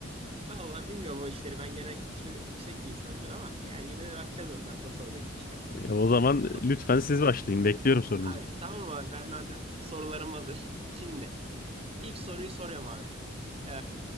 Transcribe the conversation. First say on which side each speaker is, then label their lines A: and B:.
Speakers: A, on the right; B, on the left.
A: vallahi bilmiyorum o işleri ben genel kültürü yüksek bir insanımdır ama yani yine de bakacağız bakalım nasıl olacak bu işler.
B: E, o zaman
A: So-
B: lütfen siz başlayın. Bekliyorum sorunuzu.
A: Abi tamam abi ben madem sorularım hazır. Şimdi ilk soruyu soruyorum abi. Ee,